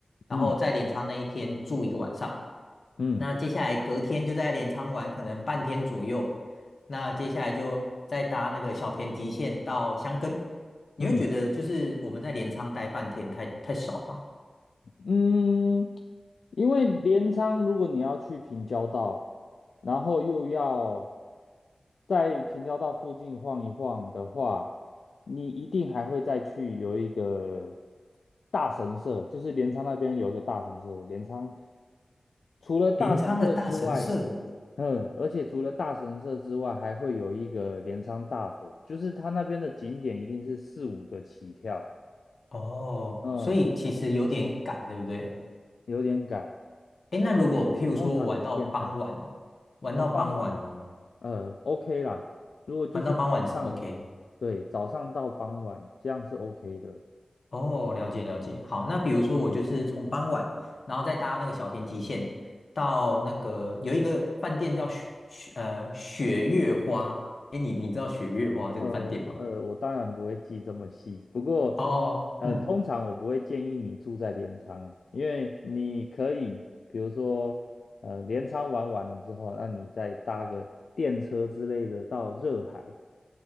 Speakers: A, on the left (about 60°); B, on the left (about 85°).
A: 然后在镰仓那一天住一个晚上。
B: 嗯嗯
A: 那接下来隔天就在镰仓玩，可能半天左右，那接下来就再搭那个小田急线到箱根。你会觉得就是我们在镰仓待半天太太少嘛？
B: 嗯嗯，因为镰仓如果你要去平交道，然后又要在平交道附近晃一晃的话，你一定还会再去有一个大神社，就是镰仓那边有一个大神社，镰仓除了大神社之外。
A: 镰仓的大神社，
B: 嗯，而且除了大神社之外，还会有一个镰仓大佛，就是它那边的景点一定是四五个起跳，
A: 哦，
B: 嗯，
A: 所以其实有点赶，对不对？
B: 有点赶，
A: 哎，那如果譬如说我玩到傍晚，
B: 所以通常一天呢、
A: 玩到傍晚呢？
B: 呃，傍晚，呃，OK 啦，如果就是早上，
A: 玩到傍晚是 OK。
B: 对，早上到傍晚，这样是 OK 的。
A: 哦，了解了解。好，那比如说我就是从傍晚，然后再搭那个小田急线到那个有一个饭店叫雪雪呃雪月花。哎，你你知道雪月花这个饭店吗？
B: 呃呃，我当然不会记这么细，不过
A: 哦，
B: 呃，
A: 嗯，
B: 通常我不会建议你住在镰仓，因为你可以，比如说呃，镰仓玩完了之后，那你再搭个电车之类的到热海，